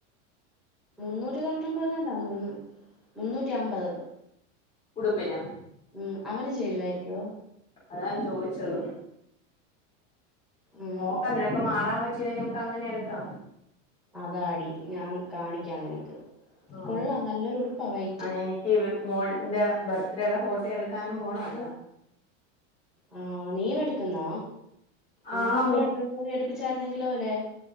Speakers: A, in the centre; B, on the left.
A: മുന്നൂറ്റി തൊൺറ്റൊമ്പങ്ങാണ്ട തോന്നുന്നു മുന്നൂറ്റി അമ്പത്
B: ഉടുപ്പിന്
A: ഉം അവന് ചേരുവായിര്ക്കോ
B: അതാൻ ചോയിച്ചത്
A: ഉം
B: നോക്കം നിനക്ക് മാറാൻ പറ്റില്ലെങ്കി നമ്മക്ക് അങ്ങനെ എടുക്കാം
A: അതാടി ഞാൻ കാണിക്കാം നിനക്ക്
B: ആഹ്
A: കൊള്ളാം നല്ലൊരു ഉടുപ്പാ വൈറ്റ്
B: അ എനി ക്ക് മോന്റെ ബർത്ത്ഡേയ്ടെ ഫോട്ടോ എടുക്കാനും പോണവല്ലോ
A: ആഹ് നീയ്യും എടുക്കുന്നാ എങ്കി
B: ആഹ്
A: നമുക്ക് രണ്ടു പേർക്കും കൂടി അടുപ്പിച്ചാര്ന്നെങ്കിലോ ലെ